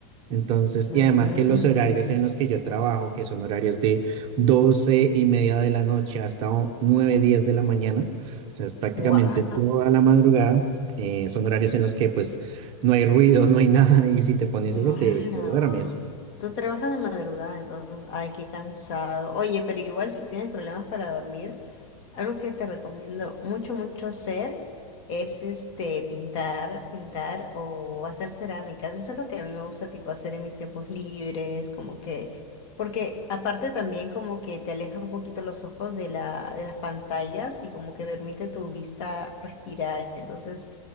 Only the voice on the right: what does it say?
Entonces,
y además que los horarios en los que yo trabajo, que son horarios de 12 y media de la noche hasta o- 9, 10 de la mañana, o sea, es prácticamente
toda la madrugada, eh, son horarios en los que pues no hay ruido, <laughs> no hay nada, y si te pones
eso, te, te duermes.